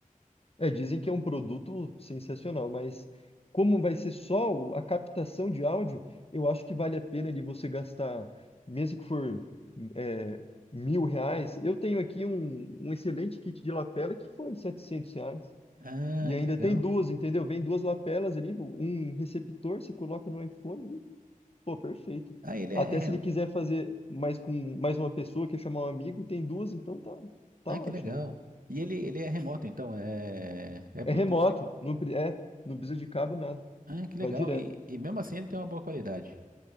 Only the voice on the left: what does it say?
É, dizem que é um produto sensacional, mas como vai ser só o- a captação de áudio, eu acho que vale a pena de você gastar, mesmo que for é, mil reais. Eu tenho aqui um, um excelente kit de lapela que foi 700 reais.
E ainda
tem duas, entendeu? Vem duas lapelas ali, um receptor, você coloca no iPhone e, pô, perfeito.
Até
se ele quiser fazer mais com mais uma pessoa, quer chamar um amigo, tem duas, então tá, tá
ótimo.
É
remoto, não, pre- é, não precisa de cabo, nada.
Vai direto.